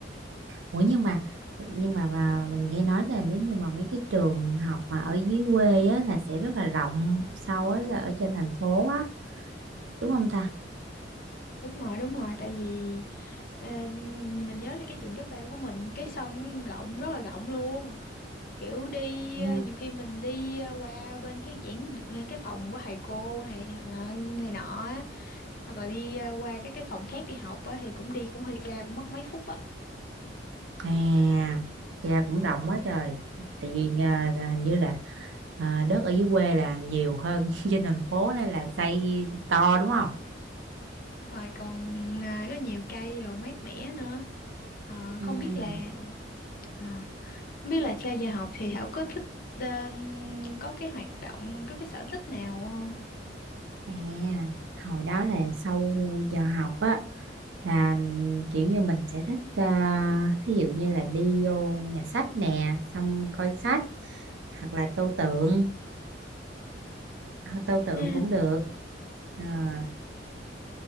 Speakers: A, on the right (about 75°); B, on the left (about 50°).
A: Ủa nhưng mà nhưng mà, mà mình nghe nói là nếu như mà mấy cái trường học mà ở dưới quê á là sẽ rất là rộng so với là ở trên thành phố á, đúng không ta?
B: Đúng rồi, đúng rồi, tại vì Ờ, mình nhớ là cái trường cấp 3 của mình cái sân rộng rất là rộng luôn kiểu đi
A: Ừ.
B: ờ, nhiều khi mình đi ờ, qua bên cái giảng ờ, cái phòng của thầy cô này hoặc là này nọ á hoặc là đi ờ, qua các cái phòng khác đi học á thì cũng đi cũng hơi xa cũng mất mấy phút á
A: À, vậy là cũng rộng quá trời. Tại vì à, là hình như là à, đất ở dưới quê là nhiều hơn <laughs> trên thành phố nên là xây to đúng không?
B: rồi còn ờ, có nhiều cây đồ mát mẻ nữa Ờ,
A: Ừ.
B: không biết là ờ, không biết là sau giờ học thì Thảo có thích ờ, có cái hoạt động có cái sở thích nào không
A: À, hồi đó là sau giờ học á là kiểu như mình sẽ thích à, thí dụ như là đi vô nhà sách nè, xong coi sách hoặc là tô tượng, À, tô tượng
B: À,
A: cũng được. À,